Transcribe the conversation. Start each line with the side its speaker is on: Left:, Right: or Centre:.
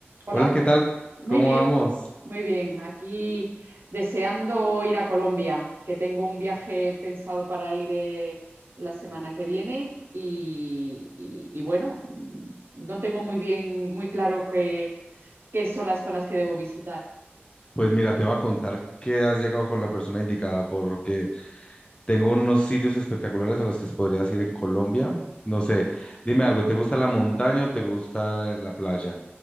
Right: Hola,
Left: Hola, ¿qué tal?
Right: muy
Left: ¿Cómo
Right: bien,
Left: vamos?
Right: muy bien. Aquí deseando ir a Colombia, que tengo un viaje pensado para ir eh, la semana que viene y, y- y bueno, mm, no tengo muy bien, muy claro qué, qué son las zonas que debo visitar.
Left: Pues mira, te voy a contar que has llegado con la persona indicada porque tengo unos sitios espectaculares a los que podrías ir en Colombia. No sé, dime algo, ¿te gusta la montaña o te gusta la playa?